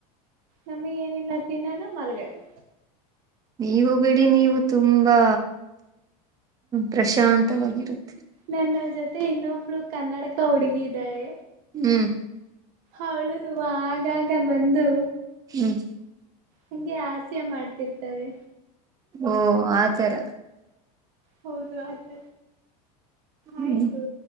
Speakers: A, on the right; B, on the right.
A: ನಮಿಗೆ ಏನಿಲ್ಲ ತಿನ್ನದು ಮಲ್ಗದು
B: ನೀವು ಬಿಡಿ ನೀವು ತುಂಬಾ ಪ್ರಶಾಂತವಾಗಿರುತ್ತ
A: ನನ್ನ ಜೊತೆ ಇನ್ನೊಬ್ಬ ಇನ್ನೊಬ್ಬಳು ಕನ್ನಡಕ ಹುಡುಗಿ ಇದ್ದಾಳೆ
B: ಹ್ಮ್
A: ಅವಳುನುವಾ ಆಗಾಗಿ ಬಂದು
B: ಹ್ಮ್
A: ಹಂಗೆ ಅಸ್ಯ ಮಾಡ್ತಿರ್ತಾರೆ
B: ಓ ಆತರ
A: ಹೌದು ಆಯ್ತ
B: ಹ್ಮ್
A: ಆಯ್ತು